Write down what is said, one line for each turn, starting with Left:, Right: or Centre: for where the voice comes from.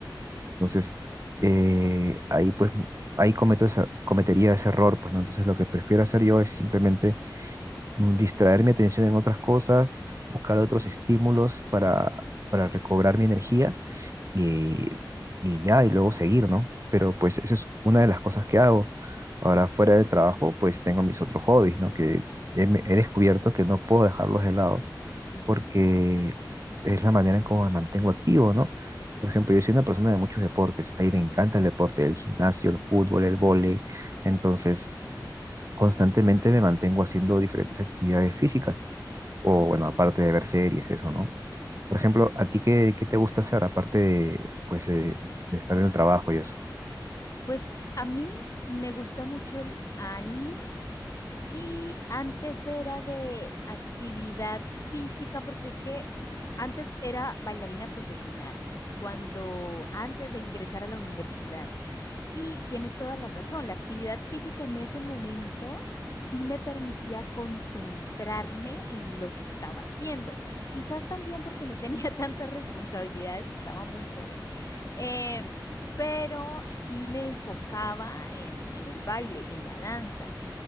Right: entonces, eh, ahí pues, ahí cometo esa- cometería ese error, pues, ¿no? Entonces, lo que prefiero hacer yo es simplemente mm, distraer mi atención en otras cosas, buscar otros estímulos para, para recobrar mi energía y, y ya, y luego seguir, ¿no? Pero pues esa es una de las cosas que hago. Ahora, fuera del trabajo, pues tengo mis otros hobbies, ¿no? Que he, me- he descubierto que no puedo dejarlos de lado
Left: ujú,
Right: porque es la manera en cómo me mantengo activo, ¿no? Por ejemplo, yo soy una persona de muchos deportes, ahí me encanta el deporte, el gimnasio, el fútbol, el vóley, entonces constantemente me mantengo haciendo diferentes actividades físicas, o
Left: ujú.
Right: bueno, aparte de ver series, eso, ¿no? Por ejemplo, ¿a ti qué, qué te gusta hacer aparte de, pues, eh, de estar en el trabajo y eso?
Left: Pues a mí me gusta mucho el anime y antes era de actividad física porque es que antes era bailarina profesional, cuando antes de ingresar a la universidad. Y tienes toda la razón, la actividad física en ese momento sí me permitía concentrarme en lo que estaba haciendo. Quizás también porque no tenía <laughs> tantas responsabilidades, estaba muy joven, em, pero sí me enfocaba en, en el baile, en la danza.